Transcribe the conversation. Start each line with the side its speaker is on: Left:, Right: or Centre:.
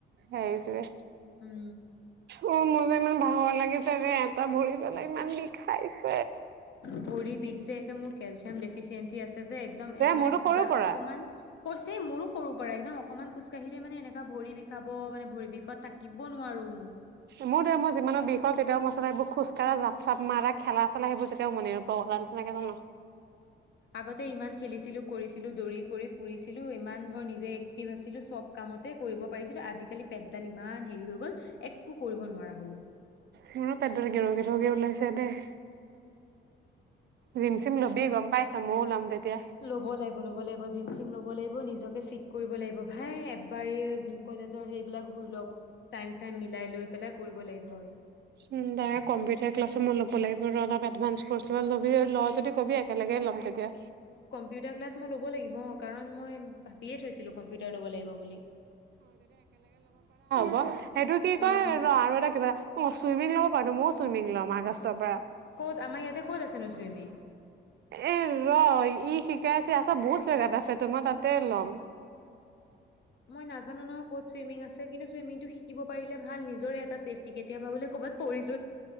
Right: সেইটোৱে
Left: উ
Right: অ মোৰ ইমান ভাঙৰ লাগিছে যে এটা ভৰি পেলাই ইমান বি খাইছে
Left: ভৰি বিষ যে তেওঁ কেলছিয়াম দেফিছেঞ্চি আছে যে একদম
Right: মোৰতো
Left: কিবা
Right: সৰুৰ
Left: এ
Right: পৰা
Left: মোৰো সৰু পৰা একদম অকণমান খোজকাাঢ়িলে মানে এনেকা ভৰি বিষাব মানে ভৰি বিষত থাকিব নোৱাৰো
Right: মোৰ দে মোৰ যিমানো বিষ হ'ল তেতিয়াও মইচানে এইবোৰ খোজকাঢ়া জাপ-চাপ মাৰা খেলা চেলা সেইবোৰ তেতিয়াও মনে নবলা নিচিনাকে জানো
Left: আগতে ইমান খেলিছিলো কৰিছিলো দৌৰি কৰি ফুৰিছিলো ইমান ধৰ নিজে এক্টিভ আছিলো চব কামতে কৰিব পাৰিছিল আজিকালি পেটডাল ইমান হেৰি হৈ গ'ল একো কৰিব নোৱাৰা হলো
Right: মোৰো পেটডাল গেৰো গেঠোকে ওলাইছে দেই জিম চিম ল'বি গম পাইছ মইয়ো লম তেতিয়া
Left: ল'ব লাগিব ল'ব লাগিব জিম চিম ল'ব লাগিব নিজকে ফিট কৰিব লাগিব হে এবাৰেই কলেজ সেইবিলাক ধুই ল টাইম চাইম মিলাই লৈ পেলাই কৰিব লাগিব আৰু
Right: উ দাদা কম্পিউটাৰ ক্লাছো মই ল'ব লাগিব অলপ এডভানস ক ল লবি ল যদি কবি একেলগে ল'ম তেতিয়া
Left: কম্পিউটাৰ ক্লাছ মই লব লাগিব কাৰণ মই ভাৱিয়ে থৈছিলো কম্পিউটাৰ লব লাগিব বুলি
Right: ব সেইটো কি কয়
Left: অ
Right: ৰ আৰু এটা কিবা অ চুইমিং লব পাৰো ময়ো চুইমিং লম আগষ্টৰ পৰা
Left: ক'ত আমাৰ ইয়াতে ক'ত আছেনো চুইমিং
Right: এ ৰ ই শিকাইছে আছ বহুত জেগাত আছেতো মই তাতে লম।
Left: মই নাজানো নহয় ক'ত চুইমিং আছে। তই কিন্তু চুইমিং টো শিকিব পাৰিলে ভাল নিজৰে এটা চেফটি কেতিয়াবা বোলে ক'বাত পৰিছ